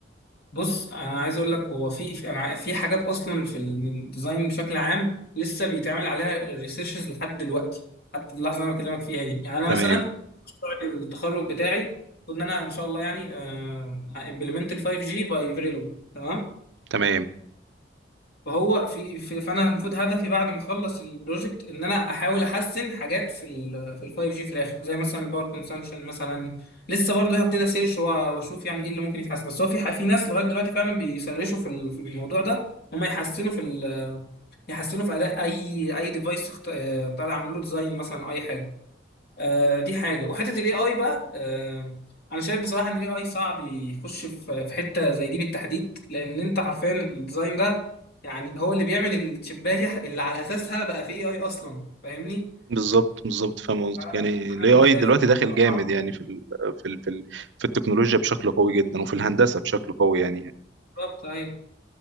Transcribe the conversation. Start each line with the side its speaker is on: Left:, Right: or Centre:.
Left: بص انا عايز اقول لك هو في في في حاجات اصلا في الديزاين بشكل عام لسه بيتعمل عليها ريسيرشز لحد دلوقتي حتى اللحظه اللي انا بكلمك فيها دي يعني انا
Right: تمام
Left: مثلا مشروع التخرج بتاعي المفروض ان انا ان شاء الله يعني امبلمنت ال 5G باي فيريلوج تمام
Right: تمام
Left: فهو في, في فانا المفروض هدفي بعد ما اخلص البروجكت ان انا احاول احسن حاجات في ال في ال 5G في الاخر زي مثلا الباور كونسامشن مثلا لسه برضه هبتدي اسيرش وأ- واشوف يعني ايه اللي ممكن يتحسن بس هو في ح- في ناس لغايه دلوقتي فعلا بيسرشوا في ال- في الموضوع ده هم يحسنوا في ال- يحسنوا في اداء اي اي ديفايس اخت- آه، طالع عامل له ديزاين مثلا أو اي حاجه آه، دي حاجه وحته الاي اي بقى آه، انا شايف بصراحه ان الاي اي صعب يخش في في حته زي دي بالتحديد لان انت عارفين الديزاين ده يعني هو اللي بيعمل الشبايه اللي على اساسها بقى في اي اي اصلا فاهمني
Right: بالظبط بالظبط فاهم قصدك
Left: فانا
Right: يعني الاي
Left: أنا
Right: اي
Left: شايف
Right: دلوقتي
Left: الموضوع
Right: داخل جامد
Left: صعب
Right: يعني في ال... في ال... في ال... في التكنولوجيا بشكل قوي جدا وفي الهندسه بشكل قوي يعني
Left: بالظبط ايوه